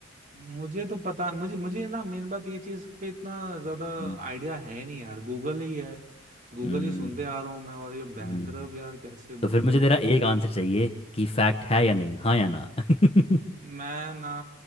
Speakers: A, on the right; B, on the left.
A: मुझे तो पता मुझे मुझे ना मेन बात ये चीज पे इतना ज्यादा
B: हम्म
A: आइडिया है नहीं यार गूगल ही है गूगल
B: हम्म
A: ही सुनते आ रहा हूँ मैं और ये बैक
B: हम्म,
A: रब यार कैसे
B: तो
A: बोल
B: फिर
A: रहे
B: मुझे
A: हो
B: तेरा एक आंसर चाहिए कि फैक्ट है या नहीं हाँ या ना <laughs> किसके
A: मैं ना